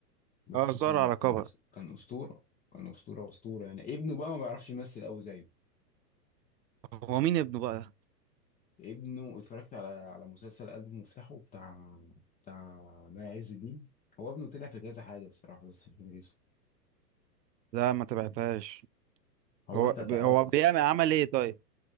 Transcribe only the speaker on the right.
اه ظهر
على
كبر
هو مين ابنه بقى
لا ما تبعتهاش
هو
هو بيعمل عمل ايه طيب